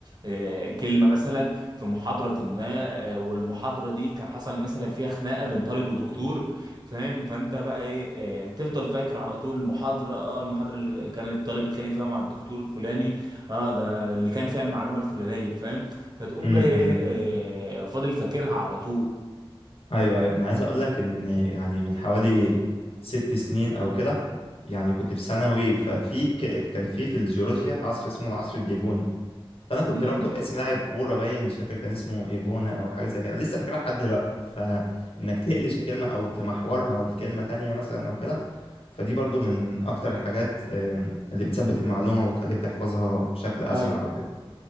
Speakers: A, on the right; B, on the left.
A: آه، كلمه مثلا في محاضره ما آه، والمحاضره دي كان حصل مثلا فيها خناقه بين طالب ودكتور فاهم فانت بقى ايه آه، تفضل فاكر على طول المحاضره اه المحاضره اللي كان الطالب اتخانق فيها مع الدكتور الفلاني اه ده اللي كان فيها المعلومه الفلانيه فاهم فتقوم
B: م-
A: جاي ايه
B: م.
A: آه، فاضل فاكرها على طول
B: ايوه ايوه انا عايز اقول لك ان يعني من حوالي ست سنين او كده يعني كنت في ثانوي ففي ك- كان في في الجيولوجيا عصر اسمه العصر الديفوني فانا كنت
A: امم
B: رابطه باسم لاعب كوره باين مش فاكر كان اسمه ايفونا او حاجه زي كده انا لسه فاكرها لحد دلوقتي فانك تقلش الكلمه او تمحورها لكلمه تانية مثلا او كده فدي برضو من اكتر الحاجات آم، اللي بتثبت المعلومه وتخليك تحفظها بشكل اسرع
A: ايوه
B: او كده